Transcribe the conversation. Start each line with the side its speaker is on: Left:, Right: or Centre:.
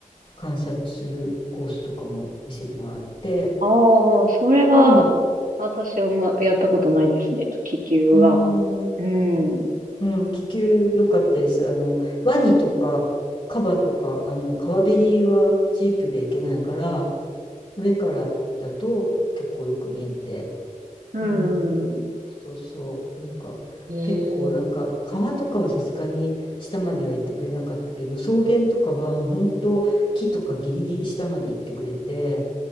Left: 観察するコースとかも見せてもらって、
Right: ああ、それは、
Left: うん、
Right: 私はまやったことないですね。気球は。
Left: うん、
Right: うん。
Left: うん、気球良かったです。あの、ワニとかカバとか、あの、川べりはジープで行けないから、上からだと結構よく見えて、
Right: うん。
Left: うん、そうそう、なんか、
Right: へえ。
Left: 結構なんか川とかはさすがに下までは行ってくれなかったけど、草原とかはもう本当木とかギリギリ下まで行ってくれて、